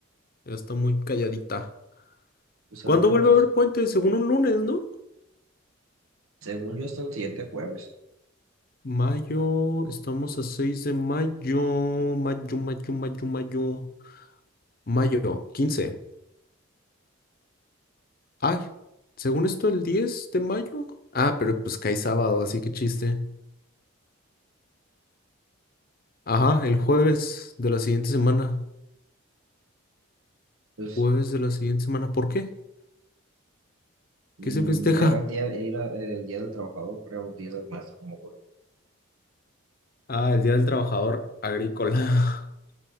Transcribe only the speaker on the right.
Pues
a ver qué
nos dice.
Según yo, hasta el siguiente jueves.
Pues
mm,
era el día, era el día del trabajador, creo, día del maestro, como por.